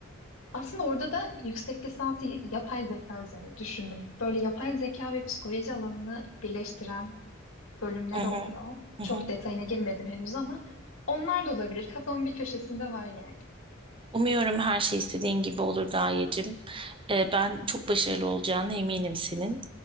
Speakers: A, on the left (about 80°); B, on the right (about 25°).
A: aslında orada da yüksek lisansı y- yapay zeka üzerine düşündüm. Böyle yapay zeka ve psikoloji alanını birleştiren bölümler
B: hı hı,
A: oluyor.
B: hı
A: Çok
B: hı.
A: detayına girmedim henüz ama onlar da olabilir. Kafamın bir köşesinde var yani.
B: Umuyorum her şey istediğin gibi olur Gayecim. Ee, ben çok başarılı olacağına eminim senin.